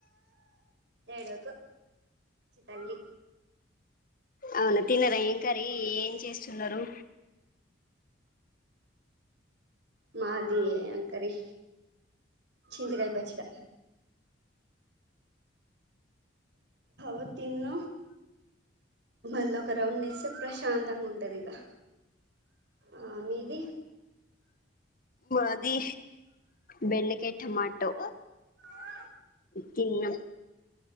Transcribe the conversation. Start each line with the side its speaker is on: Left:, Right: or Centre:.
Right: ఏడువకు తల్లి
Left: అవునా తిన్నరా ఏం కరి ఏం చేస్తున్నారు
Right: మాది ఏం కరి చింతకాయ పచ్చడ అ తిన్న మళ్ళ ఒక రౌండ్ ఏస్తే ప్రశాంతంగా ఉంటది ఇగా ఆ మీది
Left: అది బెండకాయ టమాటో
Right: ఆ
Left: తిన్నాం